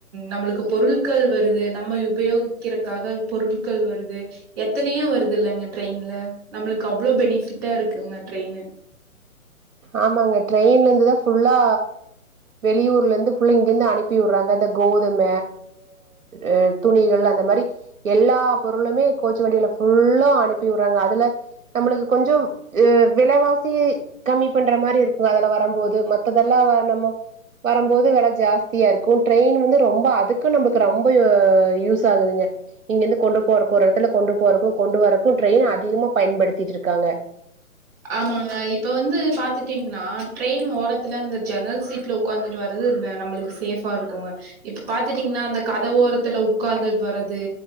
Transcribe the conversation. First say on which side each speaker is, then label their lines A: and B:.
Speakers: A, on the right (about 25°); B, on the right (about 65°).
A: நம்மளுக்கு க்கு பொருட்கள் வருது நம்ம உபயோகிக்கிறதுக்காக பொருட்கள் வருது எத்தனையோ வருதுல்ல டரெயின்ல நம்மளுக்கு அவ்ளோ பெனிபிட்டா இருக்குங்க ட்ரெயினு
B: ஆமாங்க ட்ரெயின்ல இருந்து தா ஃபுல்லா வெளியூர்ல இருந்து இங்கிருந்து அனுப்பி விடுறாங்க கோதும ஆ துணிகள் அந்த மாரி எல்லா பொருளுமே கோச்சு வன்டியில ஃபுல்லா அனுப்பி விட்றாங்க அதுல நம்மளுக்கு கொஞ்சம் விலைவாசி கம்மி பண்ற மாரி இருக்குங்க அதெல்ல வரும்போது மத்ததெல்லாம் நம்ம வரம்போது வெல ஜாஸ்தியா இருக்கும் ட்ரெயின் வந்து ரொம்ப அதுக்கு நம்மளுக்கு ரொம்ப யூஸ் ஆகுதுங்க இங்கிருந்து கொண்டு போறக்கு ஒரு இடத்துல கொண்டு போறக்கும் கொண்டு வரறக்கும் ட்ரெயின் அதிகமா பயன்படுத்திட்டு இருக்காங்க
A: ஆமாங்க இப்ப வந்து பாத்துட்டீங்கன்னா ட்ரெயின் ஓரத்துல இந்த ஜென்னல் சீட்ல உட்காந்துட்டு வருது நம்மளுக்கு சேஃபா இருக்குங்க இப்ப பாத்துட்டீங்கன்னா அந்த கத வோரத்துல உட்கார்ந்துவறது